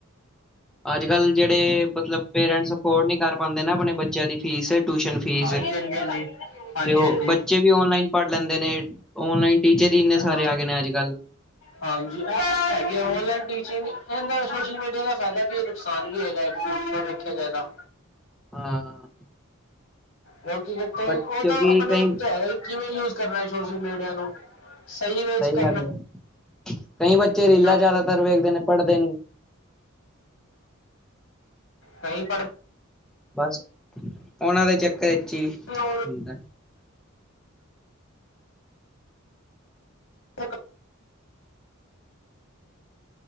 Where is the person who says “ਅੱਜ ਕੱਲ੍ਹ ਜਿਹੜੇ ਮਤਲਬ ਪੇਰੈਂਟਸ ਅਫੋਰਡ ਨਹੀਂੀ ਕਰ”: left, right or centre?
Centre